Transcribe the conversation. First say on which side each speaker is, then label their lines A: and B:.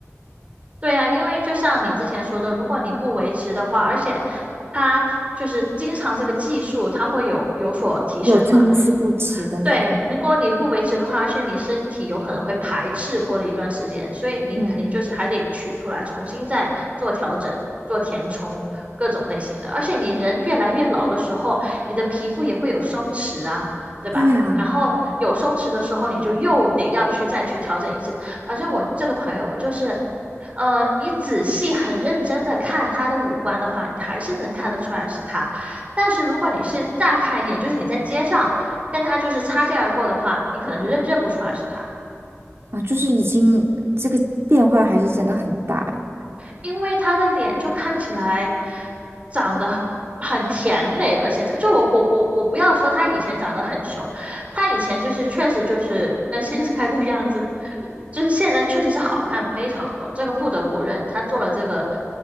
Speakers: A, on the right; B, on the right.
A: 对呀，因为就像你之前说的，如果你不维持的话，而且它就是经常这个技术，它会有有所提升嘛。
B: 有参差不齐的那种。
A: 对，如果你不维持的话，而且你身体有可能会排斥过了一段时间，所以你肯定就是还得取出来，
B: 嗯，
A: 重新再做调整、做填充，各种类型的。而且你人越来越老的时候，你的皮肤也会有松弛啊，对吧？
B: 对啊，
A: 然后有松弛的时候，你就又得要去再去调整一次。反正我这个朋友，我就是，呃，你仔细很认真的看他的五官的话，你还是能看得出来是他。但是如果你是乍看一眼，就是你在街上。跟他就是擦肩而过的话，你可能就认认不出来是他，
B: 啊，就是已经这个变化还是真的很大哎。
A: 因为他的脸就看起来长得很甜美了。现在就我我我我不要说他以前长得很凶，他以前就是确实就是跟现在的样子，就是现在确实是好看非常多，这个不得不认，他做了这个